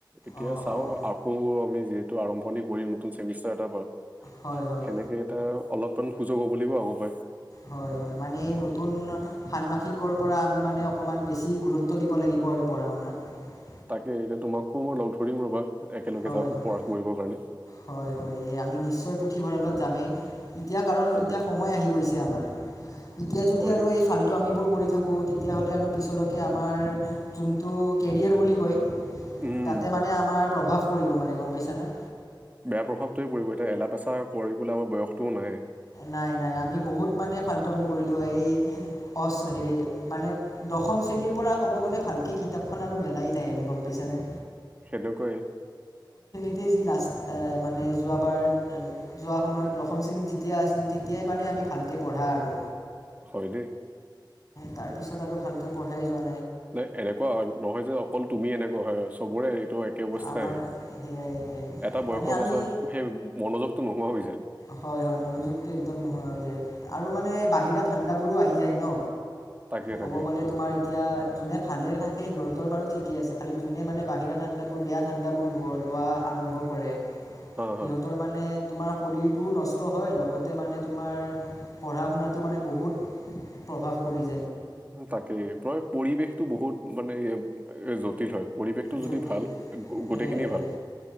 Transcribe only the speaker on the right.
এতিয়া
চাও
আকৌ আমি যিহেতু আৰম্ভণি কৰিম নতুন চেমিষ্ট- এতাৰ
সেনেকে এটা অলপমান সুযোগ হ'ব বুলি পাব পাৰে।
তাকে এতিয়া তোমাকো মই লগ ধৰিম ৰবা। একেলগে
যাওঁ
পঢ়া কৰিবৰ কাৰণে
তাকে
হয়
দেই
উম
বেয়া প্ৰভাৱটোয়ে পৰিব। এতিয়া এলাহ পেচা কৰিবলৈ আমাৰ বয়সটোও নাহে।
সেইটোকৈ
হয় দেই।
নাই এনেকুৱা নহয় যে অকল তুমি এনেকুৱা হয় চবৰে টো একে অৱস্থাই
এটা
বয়সৰ
পাছত সেই মনোযোগটো নোহোৱা হৈ যায়।
তাকে
তাকে
হা
হা
তাকেই প্ৰ পৰিৱেশতটো বহুত মানে এ জটিল হয়। পৰিৱেশটো
যদি ভাল গো- গোটেইখিনিয়ে
ভাল